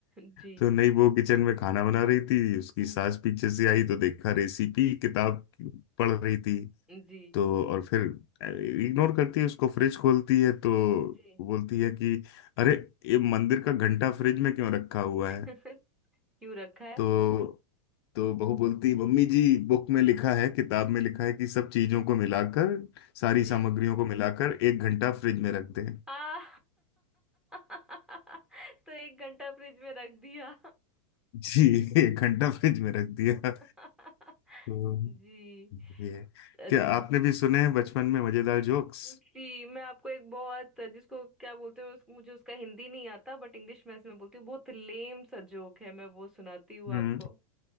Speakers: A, in the centre; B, on the left (about 50°).
A: जी
B: तो नई बहू किचन में खाना बना रही थी उसकी
A: हम्म,
B: सास पीछे से आई तो देखा रेसिपी किताब पढ़ रही थी
A: जी
B: तो और फिर इग्नोर करती है उसको फ्रिज खोलती है तो
A: जी
B: बोलती है कि अरे ये मंदिर का घंटा फ्रिज में क्यों रखा हुआ
A: <laughs>
B: है
A: क्यों रखा है
B: तो तो बहू बोलती है मम्मी जी बुक में लिखा है किताब में लिखा है कि सब चीजों को मिलाकर सारी
A: जी
B: सामग्रियों को मिलाकर एक घंटा फ्रिज में रख दें
A: आ <laughs> तो एक घंटा फ्रिज में रख दिया
B: जी <laughs> एक घंटा फ्रिज में रख दिया
A: <laughs>
B: तो
A: जी
B: ये है।
A: अच्छा
B: क्या आपने भी सुने हैं बचपन में मजेदार जोक्स
A: जी मैं आपको एक बहुत जिसको क्या बोलते हैं उस, मुझे उसका हिंदी नहीं आता बट इंग्लिश में इसमें बोलती हूँ बहुत लेम सा जोक है मैं वो सुनाती हूँ
B: हम्म
A: आपको